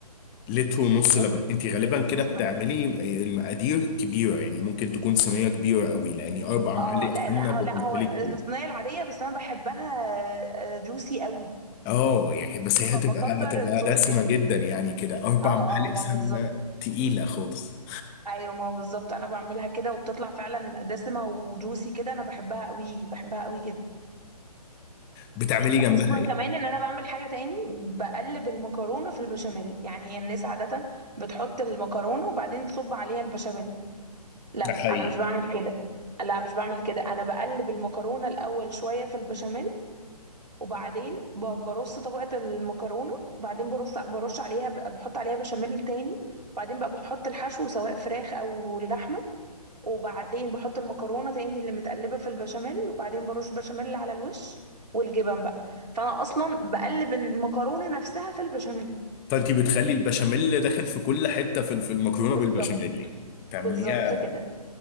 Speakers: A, on the left; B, on the right.
A: لتر ونص
B: و-
A: لبن انت غالبا كده
B: بالظبط
A: بتعملي المقادير كبيره يعني ممكن تكون صينيه كبيره قوي لان اربع معالق
B: اه لان
A: سمنه
B: اه
A: بالنسبه
B: لا هو
A: لي كتير
B: الصينيه العاديه بس انا بحبها جوسي قوي
A: اه يعني بس هي
B: فبكتر
A: هتبقى هتبقى
B: الصوص
A: دسمه
B: جدا
A: جدا يعني كده اربع
B: اه
A: معالق
B: اه ما
A: سمنه
B: بالظبط
A: تقيله خالص
B: ايوه ما هو بالظبط انا بعملها كده وبتطلع فعلا دسمه وجوسي كده انا بحبها قوي بحبها قوي كده
A: بتعملي جنبها
B: خصوصا
A: ايه؟
B: كمان ان انا بعمل حاجه تاني بقلب المكرونه في البشاميل يعني الناس عاده بتحط المكرونه وبعدين تصب عليها البشاميل لا انا
A: ده حقيقي
B: مش بعمل كده لا مش بعمل كده انا بقلب المكرونه الاول شويه في البشاميل وبعدين ب- برص طبقه المكرونه وبعدين برص برش عليها بحط عليها بشاميل تاني وبعدين بقى بحط الحشو سواء فراخ او لحمه وبعدين بحط المكرونه تاني اللي متقلبه في البشاميل وبعدين برش بشاميل على الوش والجبن بقى فانا اصلا بقلب المكرونه نفسها في البشاميل
A: فانت بتخلي البشاميل داخل في كل حته في في المكرونه
B: بالظبط
A: بالبشاميل يعني بتعمليها
B: بالظبط كده